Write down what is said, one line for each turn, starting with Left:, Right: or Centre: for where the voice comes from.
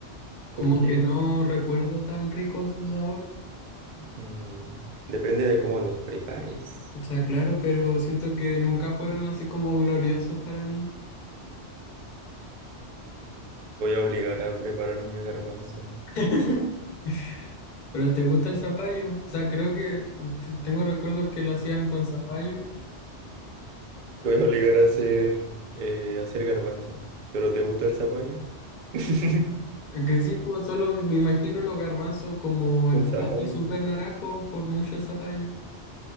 Left: Como
Right: ¿Por qué?
Left: que no recuerdo tan rico su sabor.
Right: Mm, Depende de cómo los prepares.
Left: O sea, claro, pero siento que nunca fueron así como gloriosos para mí.
Right: Voy a obligar a prepararme garbanzo.
Left: <clears throat> ¿Pero te gusta el zapallo? O sea, creo que t- tengo recuerdos que lo hacían con zapallo.
Right: Te voy a obligar a hacer, eh, a hacer garbanzo. ¿Pero te gusta el zapallo? <laughs>
Left: Es Que sí, pues solo me imagino los garbanzos como el
Right: Un zapallo.
Left: plato súper naranjo por mucho zapallo.